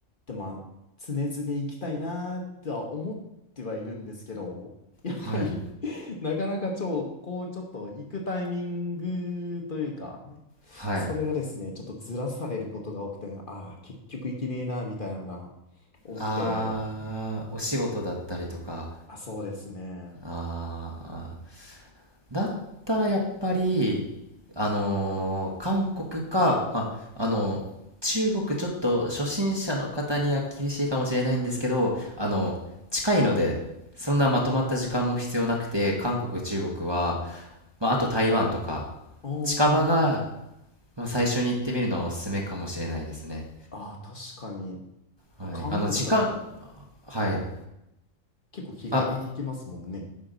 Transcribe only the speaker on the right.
はい。
はい。
ああ、お仕事だったりとか。
ああ、だったらやっぱり、あのー韓国か、まあ、あの中国ちょっと初心者の方には厳しいかもしれないんですけど、あの、近いので、そんなまとまった時間も必要なくて、韓国、中国は、まあ、あと台湾とか、
近場が、まあ、最初に行ってみるのはおすすめかもしれないですね。
はい。
あの、時間、はい。
あ、